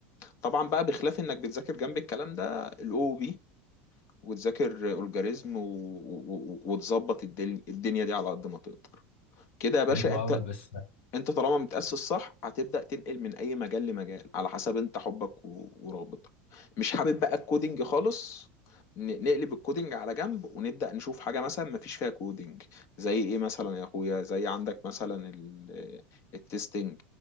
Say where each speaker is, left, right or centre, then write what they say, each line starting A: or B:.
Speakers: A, on the left (about 50°); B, on the left (about 80°).
A: طبعا بقى بخلاف انك بتذاكر جنب الكلام ده الاو بي وتذاكر الجوريزم و... و... و- وتظبط الدل- الدنيا دي على قد ما تقدر كده يا باشا
B: حلو
A: انت
B: قوي بس
A: انت طالما متأسس صح هتبدأ تنقل من اي مجال لمجال على حسب انت حبك و- ورغبتك مش حابب بقى الكودينج خالص ن- نقلب الكودينج على جنب ونبدأ نشوف حاجة مثلا ما فيش فيها كودينج زي ايه مثلا يا اخويا زي عندك مثلا ال- التستنج